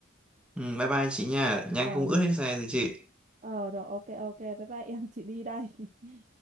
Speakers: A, in the centre; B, on the right.
A: ừ, bye bye chị nha nhang
B: ờ
A: không ướt hết xe rồi chị
B: ờ rồi ok ok bye bye em chị đi đây <laughs>